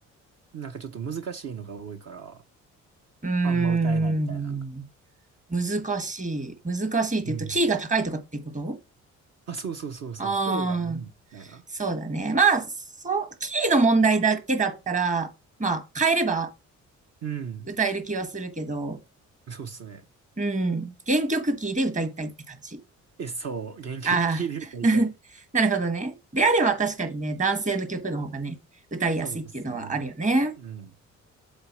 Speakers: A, on the right; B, on the right.
A: なんかちょっと難しいのが多いから、
B: うー
A: あんま歌えないみたいな。
B: ん。難しい。難しいって言うと、
A: うん。
B: キーが高いとかっていうこと
A: あ、そうそうそうそう、
B: あ
A: 声が出ないみたいな。
B: そうだね。まあ、そう、キーの問題だけだったら、まあ、変えれば
A: うん。
B: 歌える気はするけど、
A: そうっすね。
B: うん、原曲キーで歌いたいって感じ。
A: え、そう、原曲聴いて歌いたい。
B: ああ、<laughs> なるほどね。であれば確かにね、男性の曲の方がね、歌いやすいっていうのはあるよね。
A: そうっすね。うん。